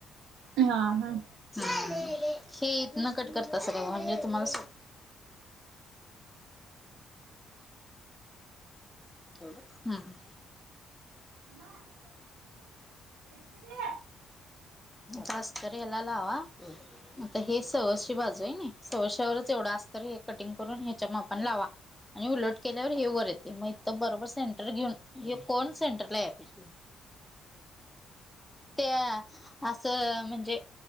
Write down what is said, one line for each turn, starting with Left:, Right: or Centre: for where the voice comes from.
Right: हा हा
Centre: हम् हे इथंन कट करत सगळ म्हणजे तुम्हाला <unintelligible> हम्मं.
Right: <unintelligible>
Centre: जास्तारी एला लावा. आता हे सवची बाजू आहे ना सवश्यावरच एवढं असत हे कटिंग करून ह्याच्या मापाण लावा आणि उलट केल्यावर हे वर येते मग इथं बरोबर सेंटर घेऊन हे कोण सेंटरला याळा पाहिजे त्या असं म्हणजे